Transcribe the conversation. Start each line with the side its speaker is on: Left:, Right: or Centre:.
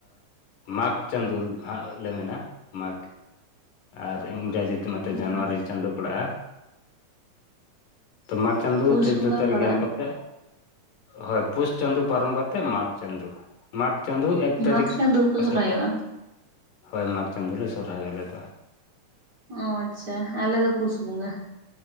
Left: ᱢᱟᱜᱽ ᱪᱟᱸᱫᱚ ᱦᱟᱸᱜ ᱞᱮ ᱢᱮᱱᱟ ᱢᱟᱜᱽ ᱟᱨ ᱤᱝᱨᱮᱡᱤ ᱛᱮ ᱢᱟ
Right: ᱢᱟᱜᱽ
Left: ᱡᱟᱱᱩᱣᱟᱨᱤ ᱪᱟᱸᱫᱚ ᱯᱟᱲᱟᱜᱼᱟ ᱛᱚ ᱢᱟ ᱪᱟᱸᱫᱳ
Right: ᱯᱩᱥ
Left: ᱪᱳᱫᱫᱳ
Right: ᱵᱚᱸᱜᱟ
Left: ᱛᱟᱹᱨᱤᱠᱷ
Right: ᱯᱟᱲᱟᱜᱼᱟ
Left: ᱜᱟᱱ ᱠᱟᱛᱮ ᱦᱳᱭ ᱯᱩᱥ ᱪᱟᱸᱫᱳ ᱯᱟᱨᱚᱢ ᱠᱟᱛᱮ ᱢᱟᱜᱽ ᱪᱟᱸᱫᱩ ᱢᱟᱜᱽ ᱪᱟᱸᱫᱩ ᱮᱠ ᱛᱟᱹᱨᱤᱠ
Right: ᱢᱟᱜᱽ ᱪᱟᱸᱫᱳ ᱯᱮ
Left: ᱯᱟᱥᱮ
Right: ᱥᱚᱨᱦᱟᱭᱚᱜᱼᱟ
Left: ᱯᱟᱨᱟᱜ-ᱟ ᱦᱳᱭ ᱢᱟᱜᱽ ᱪᱟᱸᱫᱚ ᱞᱮ ᱥᱚᱨᱦᱟᱭᱚᱜ ᱟᱞᱮ ᱫᱚ
Right: ᱚ ᱟᱪᱪᱷᱟ ᱟᱞᱮ ᱫᱚ ᱯᱩᱥ ᱵᱚᱸᱜᱟ